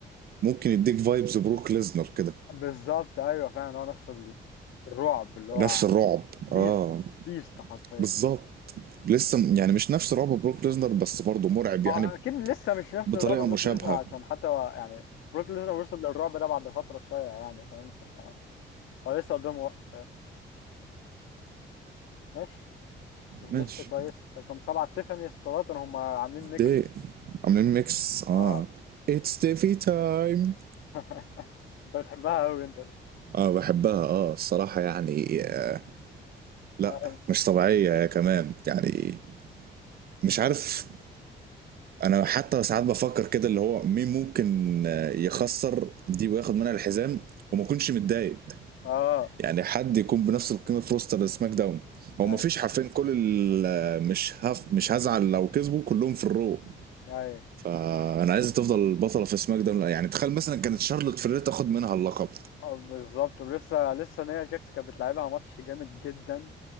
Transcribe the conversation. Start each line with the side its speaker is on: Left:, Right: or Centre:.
Right: ممكن يديك فايبز بروك ليزنر كده
Left: بالظبط ايوه فعلا هو نفس ال- الرعب اللي هو
Right: نفس الرعب
Left: بيست
Right: اه
Left: بيست حرفيا
Right: بالظبط لسه م- يعني مش نفس رعب بروك ليزنر بس برضه مرعب يعني
Left: اه اكيد لسه مش نفس
Right: بطريقة
Left: الرعب بروك
Right: مشابهة
Left: ليزنر عشان حتى هو يعني بروك ليزنر وصل للرعب ده بعد فتره شويه يعني فاهم ف- هو لسه قدامه وقت يعني. ماشي مش لسه
Right: ماشي
Left: كويس رقم سبعه تيفاني ستراتون هم عاملين ميكس
Right: دي عاملين ميكس اه
Left: اه
Right: اتس تيفي تايم
Left: <laughs> انت بتحبها قوي انت دي
Right: اه بحبها اه الصراحة يعني آه، لا
Left: اي
Right: مش طبيعية يا كمان يعني مش عارف انا حتى ساعات بفكر كده اللي هو مين ممكن آه، يخسر دي وياخد منها الحزام وما يكونش متضايق
Left: اه
Right: يعني حد يكون بنفس القيمه في روستر سماك داون هو
Left: اي
Right: ما فيش حرفين كل ال- آه، مش هف مش هزعل لو كسبوا كلهم في الرو
Left: اي
Right: آه، انا عايز تفضل بطله في سماك داون يعني تخيل مثلا كانت شارلوت فلير تاخد منها اللقب
Left: اه بالظبط ولسه لسه نيا جاكس كانت بتلعبها ماتش جامد جدا